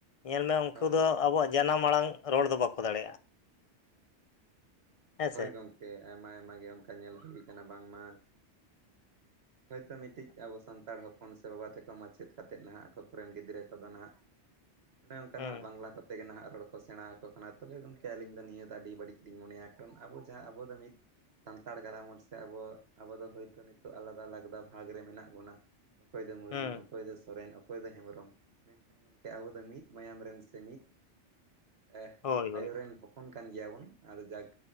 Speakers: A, on the left (about 50°); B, on the right (about 60°).
A: ᱧᱮᱞ ᱢᱮ ᱩᱱᱠᱩ
B: ᱦᱳᱭ
A: ᱫᱚ ᱟᱵᱚᱣᱟᱜ ᱡᱟᱱᱟᱢ ᱟᱲᱟᱝ ᱨᱚᱲ ᱫᱚ ᱵᱟᱠᱚ ᱫᱟᱲᱮᱭᱟᱜᱼᱟ᱾ ᱦᱮᱸᱥᱮ
B: ᱦᱳᱭ ᱜᱚᱝᱠᱮ ᱟᱭᱢᱟ ᱟᱭᱢᱟ ᱜᱮ ᱚᱱᱠᱟ ᱧᱮᱞ ᱦᱩᱭ ᱠᱟᱱᱟ ᱵᱟᱝ ᱢᱟ ᱦᱳᱭᱛᱳ ᱢᱤᱫᱴᱤᱡ ᱟᱵᱚ ᱥᱟᱱᱛᱟᱲ ᱦᱚᱯᱚᱱ ᱥᱮ ᱵᱟᱵᱟ ᱛᱮᱠᱚ ᱢᱟᱪᱮᱫ ᱠᱟᱛᱮᱫ ᱱᱟᱦᱟᱜ ᱟᱠᱚ ᱠᱚᱨᱮᱱ ᱜᱤᱫᱽᱨᱟᱹ ᱠᱚᱫᱚ ᱱᱟᱦᱟᱜ ᱚᱱᱮ ᱚᱱᱠᱟ
A: ᱦᱩᱸ
B: ᱱᱟᱦᱟᱜ ᱵᱟᱝᱞᱟ ᱠᱚ ᱛᱮᱜᱮ ᱱᱟᱦᱟᱜ ᱨᱚᱲ ᱠᱚ ᱥᱮᱬᱟᱣ ᱟᱠᱚ ᱠᱟᱱᱟ, ᱛᱚᱵᱮ ᱜᱚᱝᱠᱮ ᱟᱹᱞᱤᱧ ᱫᱚ ᱱᱤᱭᱟᱹ ᱫᱚ ᱟᱹᱰᱤ ᱵᱟᱹᱲᱤᱡ ᱞᱤᱧ ᱢᱚᱱᱮᱭᱟ ᱠᱟᱨᱚᱱ ᱟᱵᱚ ᱡᱟᱦᱟᱸ ᱟᱵᱚ ᱫᱚ ᱢᱤᱫ ᱥᱟᱱᱛᱟᱲ ᱠᱟᱱᱟ ᱵᱚᱱ ᱥᱮ ᱟᱵᱚ ᱟᱵᱚ ᱫᱚ ᱦᱳᱭᱛᱳ ᱱᱤᱛᱳᱜ ᱟᱞᱟ ᱟᱞᱟᱜᱽᱼᱫᱟ ᱵᱷᱟᱜᱽ ᱨᱮ ᱢᱮᱱᱟᱜ ᱵᱚᱱᱟ, ᱚᱠᱚᱭ ᱫᱚ ᱢᱩᱨᱢᱩ,
A: ᱦᱩᱸ
B: ᱚᱠᱚᱭ ᱫᱚ ᱥᱚᱨᱮᱱ ᱚ ᱚᱠᱚᱭ ᱫᱚ ᱦᱮᱢᱵᱨᱚᱢ ᱢᱮᱱᱠᱷᱟᱱ ᱜᱚᱝᱠᱮ ᱟᱵᱚ ᱫᱚ ᱢᱤᱫ ᱢᱟᱭᱟᱢ ᱨᱮᱱ ᱥᱮ ᱢᱤᱫ ᱮᱦ
A: ᱦᱳᱭ ᱦᱳᱭ
B: ᱟᱭᱳ ᱨᱮᱱ ᱦᱚᱯᱚᱱ ᱠᱟᱱ ᱜᱮᱭᱟᱵᱚᱱ ᱟᱫᱚ ᱡᱟᱠ